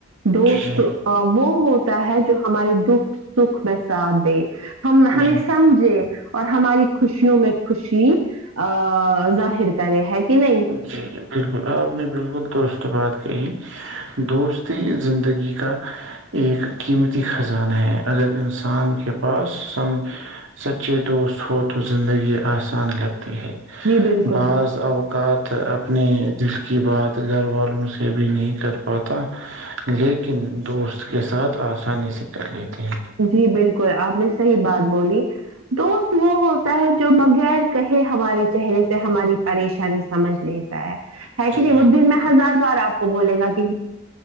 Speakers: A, on the right (about 85°); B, on the right (about 60°).
A: دوست
B: جی جی
A: وہ ہو تا ہے جو ہمارے دکھ سکھ میں ساتھ دے ہم
B: جی
A: ہمیں سمجھے اور ہماری خوشیوں میں خوشی ا ظاہر ر ہے کہ نہیں
B: جی بالکل آپ نے بالکل درست بات کہی دوستی زندگی کا ایک قیمتی خزانہ ہے اگر انسان کے پاس س سچے دوست ہو تو زندگی آسان لگ
A: جی بالکل
B: بض آ ساتھ اپنے دل کی بات گھر والوں سے بھی نہیں کر پاتا لیکن دوست کے ساتھ آسانی سے کر لیتے ہیں
A: جی بالکل آپ نے صحیح بات بولی دوست وہ ہوتا ہے جو بغیر کہے ہمارے چہرے سے ہماری پریشانی سمجھ لیتا ہے ہے
B: جی
A: کہ نہیں وہ دن میں ہزار بار آپ کو بولے گا کہ